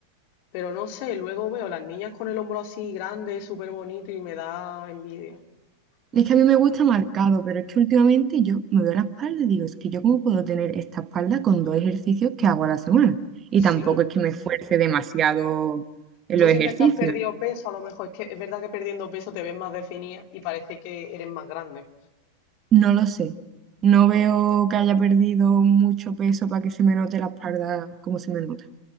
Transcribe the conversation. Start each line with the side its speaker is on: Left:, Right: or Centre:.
Left: Pero no sé, luego veo las niñas con el hombro así grande, súper bonito y me da envidia. No
Right: Es
Left: sé.
Right: que a mí me gusta marcado, pero es que últimamente yo me veo la espalda y digo, es que yo cómo puedo tener esta espalda con dos ejercicios que hago a la semana. Y
Left: ¿Sí?
Right: tampoco es que me esfuerce demasiado en
Left: ¿Tú
Right: los
Left: sientes
Right: ejercicios.
Left: que has perdido peso? A lo mejor es que es verdad que perdiendo peso te ves más definida y parece que eres más grande.
Right: No lo sé. No veo que haya perdido mucho peso para que se me note la espalda como se me nota.